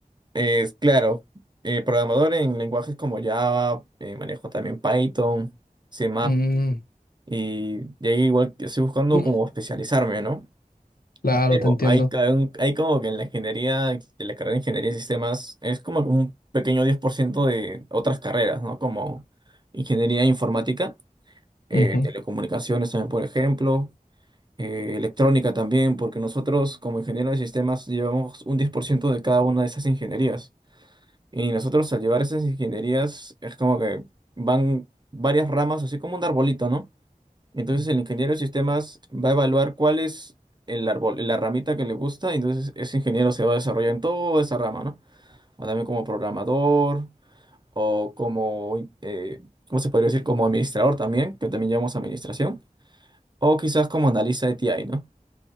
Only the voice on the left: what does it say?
Mm,
mm,
claro,
te entiendo.
Ujú.